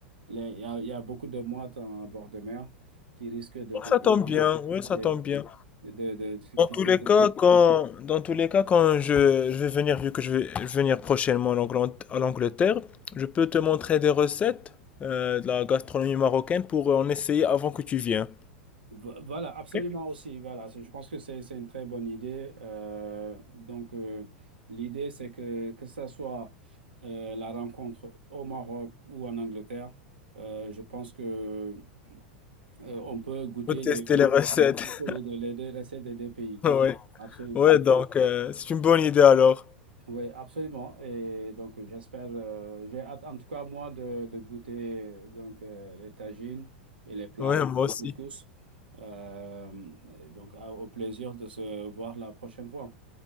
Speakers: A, on the right; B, on the left.
A: Les- Il y a, il y a beaucoup de mouettes en bord de mer qui risquent de te
B: Ça
A: piquer.
B: tombe bien, oui,
A: De,
B: ça tombe bien.
A: de, de- de te piquer
B: Dans tous les
A: tes
B: cas,
A: pieds.
B: quand, dans tous les cas, quand je, je vais venir, vu que je vais je vais venir prochainement en Anglant- à l'Angleterre, je peux te montrer des recettes euh, de la gastronomie marocaine pour en essayer avant que tu viennes.
A: Vo- Voilà, absolument
B: Ok.
A: aussi. Voilà, c'est- je pense que c'est c'est une très bonne idée. Euh, donc, euh, l'idée, c'est que, que ça soit euh, la rencontre au Maroc ou en Angleterre, euh, je pense que Euh, on peut goûter
B: Pour tester
A: les, les,
B: les recettes.
A: les, les
B: <laughs>
A: les deux recettes des deux pays.
B: Ouais,
A: Absolument.
B: ouais, donc euh, c'est une bonne idée alors.
A: Oui, absolument. Et donc, j'espère, euh, j'ai hâte, en tout cas, moi, de, de goûter euh, donc, euh, les tagines et les plats
B: Ouais, moi
A: de
B: aussi.
A: couscous. Euh, donc, à- au plaisir de se voir la prochaine fois.